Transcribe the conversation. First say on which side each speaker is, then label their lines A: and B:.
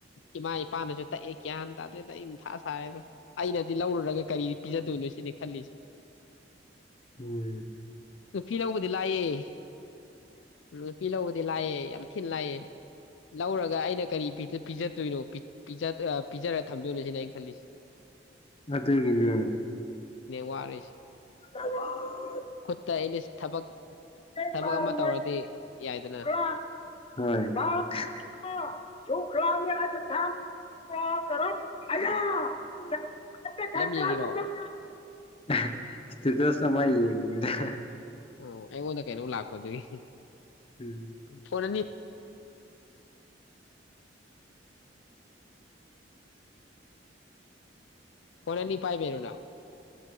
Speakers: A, on the left; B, on the left.
A: ꯏꯃꯥ ꯏꯄꯥꯅꯁꯨ ꯇꯛꯑꯦ ꯒ꯭ꯌꯥꯟ ꯇꯥ ꯑꯗꯨꯗ ꯊꯥ ꯁꯥꯔꯦꯗ ꯑꯩꯅꯗꯤ ꯂꯧꯔꯨꯔꯒ ꯀꯔꯤ ꯄꯤꯖꯗꯣꯏꯅꯣ ꯁꯤꯅꯤ ꯈꯜꯂꯤꯁꯦ
B: ꯎꯝ
A: ꯅꯨꯄꯤ ꯂꯧꯕꯗꯤ ꯂꯥꯛꯑꯦ ꯅꯨꯄꯤ ꯂꯧꯕꯗꯤ ꯂꯥꯛꯑꯦ ꯌꯥꯝ ꯊꯤꯅ ꯂꯥꯛꯑꯦ ꯂꯧꯔꯒ ꯑꯩꯅ ꯀꯔꯤ ꯄꯤꯖꯠꯇꯣꯏꯅꯣ ꯄꯤ ꯄꯤꯖꯔꯒ ꯊꯝꯗꯣꯏꯅꯣ ꯁꯤꯅꯦ ꯑꯩꯩꯅ
B: ꯑꯗꯨꯗꯒꯤꯅꯦ
A: ꯋꯥꯔꯦꯁ
B: ꯑ
A: ꯏ ꯁ ꯊꯕꯛ
B: ꯔ
A: ꯊꯕꯛ ꯑꯃ ꯇꯧꯔꯗꯤ
B: ꯃꯩ
A: ꯌꯥꯏꯗꯅ
B: ꯀ ꯔꯣꯃꯤꯔꯁꯨ ꯊꯝꯣ ꯑ ꯟ꯭ꯔ
A: ꯐꯤꯂꯝ ꯌꯦꯡꯉꯤꯔꯣ
B: ꯏꯁꯇꯤꯇ ꯁꯥꯏꯗ
A: ꯑꯣ ꯑꯩ ꯑꯣꯗ ꯀꯩꯅ ꯎ ꯂꯥꯛ ꯐꯗꯕꯤ
B: ꯎꯝ
A: ꯐꯔꯅꯤ ꯐꯅꯅꯤꯄꯥꯏꯕꯔꯣꯅꯥ